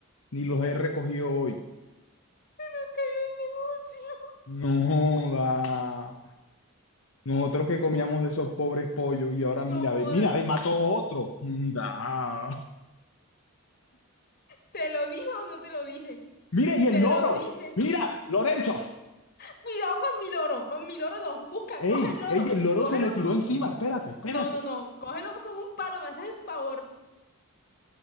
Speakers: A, on the left (about 70°); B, on the left (about 40°).
A: ni los he recogido hoy.
B: Se nos cayó el negocio. <laughs>
A: No, da. Nosotros que comíamos de esos pobres pollos y ahora
B: No
A: mira,
B: joda.
A: ve, mira, ve, mató otro. <laughs> Da.
B: ¿Te lo dije o no te lo dije?
A: Mira, y el
B: Te
A: loro.
B: lo dije.
A: Mira, Lorenzo.
B: Cuidado con mi loro, con mi loro no. Busca,
A: Ey,
B: coge el loro,
A: ey, el loro
B: cógelo
A: se le tiró
B: con
A: encima.
B: un...
A: Espérate, espérate.
B: No, no, no, cógelo con un palo, me haces el favor.